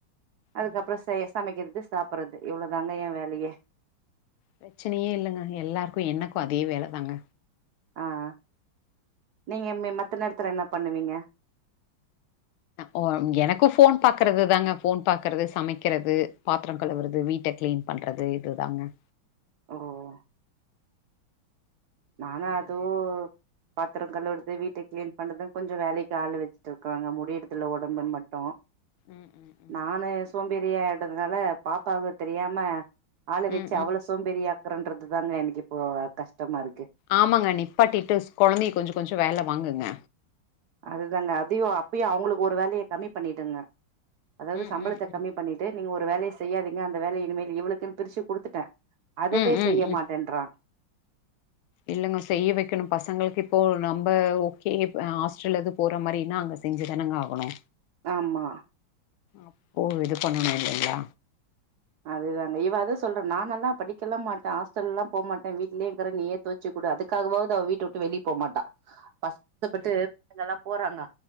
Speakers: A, on the right; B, on the left.
A: அதுக்கப்ற
B: ம்
A: சமைக்கறது சாப்பிட்றது இவ்ளோதாங்க ஏ வேலையே
B: பிரச்சனையே இல்லங்க எல்லாருக்கு எனக்கு அதே வேலதாங்க
A: ஆ ஆ நீங்க மத்த நேரத்தில என்ன பண்ணுவீங்க
B: ஓ எனக்கு போன் பாக்குறது தாங்க போன் பாக்குறது சமைக்கிறது பாத்ர கழுவுறது வீட்ட க்ளீன் பண்றது இதுதாங்க
A: ஓ நானா
B: இதுதா
A: அது
B: வேலை
A: பாத்ர கழுவுறது வீட்ட க்ளீன் பண்ணறது கொஞ்சொ வேலைக்கு ஆள் வச்சுட்டு இருக்காங்க முடியர்துல்ல உடம்பு மட்டு
B: ம் ம் ம்
A: நானு சோம்பேரியியாடுதுனால பாப்பாவுக்கு தெரியாம பால வச்சு
B: ம்
A: அவள
B: ம்
A: சோம்பேறியா ஆக்குறன்றது தாங்க எனக்கு இப்போ கஷ்டமா இருக்கு
B: ஆமாங்க நிப்பாட்டிட்டு குழந்தைய கொஞ்சொ கொஞ்சொ வேலைய வாங்குங்க
A: அதுதாங்க அதயு அப்பயு அவங்களுக்கு ஒரு வேலய கம்மி பண்ணிடங்க அதாவ்து
B: ம்
A: சம்பளத்த
B: ம் ம்
A: கம்மி பண்ணி ட்டு நீங்க ஒரு வேலய செய்யாதிங்க அந்த வேலைய இன்மேல் இவ்வளுக்குன்னு பிரிச்சு குடுத்துட்டே அதுவே
B: ம் ம்
A: செய்ய
B: ம்
A: மாட்டேன்றா
B: இல்லங்க செய்ய வைக்கணு பசங்களுக்கு இப்போ நம்ம ஓகே ஹாஸ்டல் எது போற மாரினா அங்க செஞ்சு தானங்க ஆகணு
A: ஆமா
B: அப்போ இது பண்ணணும் இல்லங்லா
A: அதுதா இவ அது சொல்றா நான் எல்லாம் படிக்கலா மாட்டேன் ஹாஸ்டல்லாம் போமாட்டேன் வீ்ட்லேயக்கிற நீயே தோச் சு குடு அதுக்காவது அவ வீட்ட விட்டு வெளிய போ மாட்டா கஷ் டப்பட்டு எல்லாம் போறாங்க